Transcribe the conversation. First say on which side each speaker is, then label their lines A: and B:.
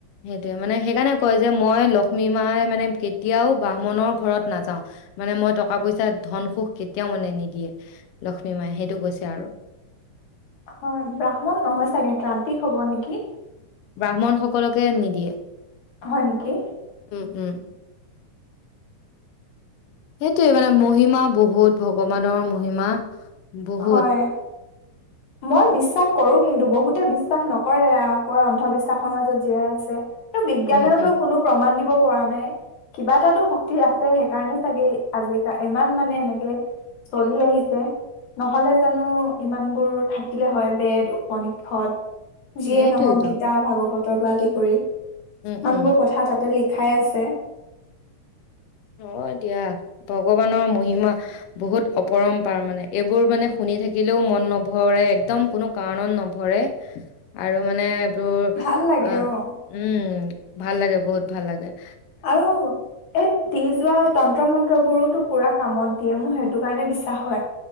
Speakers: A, on the left; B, on the left.
A: সেইটোৱে মানে সেইকাৰণে কয় যে মই লক্ষ্মী মাই মানে কেতিয়াও ব্ৰাহ্মণৰ ঘৰত নাযাও মানে মই টকা পইচা ধন সুখ কেতিয়াও মানে নিদিয়ে লক্ষ্মী মায়ে সেইটো কৈছে আৰু
B: হয় ব্ৰাহ্মণ নহয় চাগে ত্ৰান্তিক হ'ব নেকি
A: ব্ৰাহ্মণ সকলকে নিদিয়ে
B: হয় নেকি
A: উম উম সেইটোয়ে মানে, মহিমা বহুত ভগৱানৰ মহিমা বহুত।
B: হয় মই বিশ্বাস কৰো কিন্তু, বহুতে বিশ্বাস নকৰে, আকৌ অন্ধবিশ্বাসৰ মাজত জীয়াই আছে। তো' বিজ্ঞানেও
A: উম উম
B: তো', কোনো প্ৰমণ দিব পৰা নাই, কিবা এটাটো শক্তি আছে সেইকাৰণে চাগে, আজিাল ইমান মানে এনেকে চলি আহিছে, নহলে জানো, ইমান বোৰ থাকিলে হয়, বেদ উপনিষদ যিয়ে
A: সেইটোয়েতো
B: নহওক, গীতা ভাগৱত ৰ পৰা আদি কৰি। ইমান
A: উম উম
B: বোৰ কথা তাতে লিখি খাই আছে।
A: অ' দিয়া, ভগৱানৰ মহিমা বহুত অপৰম্পাৰ মানে, এইবোৰ মানে শুনি থাকিলেও মন নভৰে, একদম কোনো কাৰণত নভৰে, আৰু মানে তো,
B: ভাল লাগে
A: আ',
B: অ'
A: উম। ভাল লাগে, বহুত ভাল লাগে।
B: আৰু এ দিজোৱা মন্ত্ৰ মন্ত্ৰবোৰোতো পুৰা কামত দিয়ে, মোৰ সেইটো কাৰণে হয়।